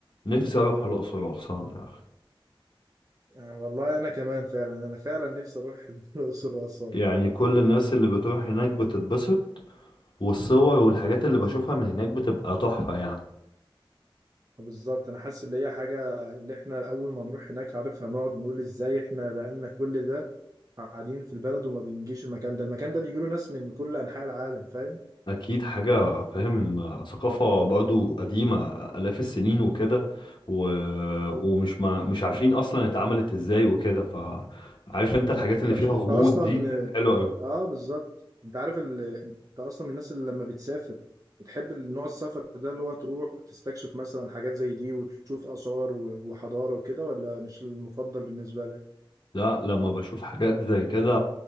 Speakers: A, on the left; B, on the right.
A: نفسي اروح الاقصر واسوان يا اخي
B: آه، والله انا كمان فعلا انا فعلا نفسي اروح <laughs> الاقصر واسوان
A: يعني كل الناس اللي بتروح هناك بتتبسط والصور والحاجات اللي بشوفها من هناك بتبقى تحفه يعني
B: بالظبط انا حاسس ان هي حاجه اللي احنا اول ما نروح هناك عارف هنقعد نقول ازاي احنا بقالنا كل ده قاعدين في البلد وما بنجيش المكان ده المكان ده بيجيله ناس من كل انحاء العالم فاهم
A: اكيد حاجه فاهم ثقافه برضو قديمه الاف السنين وكده و... ومش ما... مش عارفين اصلا اتعملت ازاي وكده فعارف
B: بالظبط
A: انت الحاجات
B: انت
A: اللي فيها
B: بس...
A: غموض
B: انت اصلا
A: دي حلوه أوي.
B: اه بالظبط انت عارف ال... انت اصلا من الناس اللي لما بتسافر بتحب نوع السفر ده اللي هو تروح تستكشف مثلا حاجات زي دي وتشوف آثار و- وحضارة وكده ولا مش المفضل بالنسبة لك؟
A: لا لما بشوف حاجات زي كده